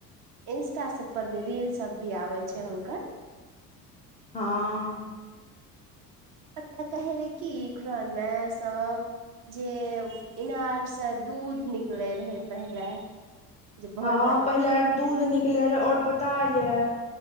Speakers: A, on the right; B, on the left.
A: इंस्टा सब पर भी रील सब भी आबै छै हुनकर।
B: हँ।
A: पता कहै रहै की, खुड़हान में सब। जे इनारसँ दूध निकलैय रहय पहिले। जे बहुत
B: हँ पहिले ओर दूध निकले रहय और पता यऽ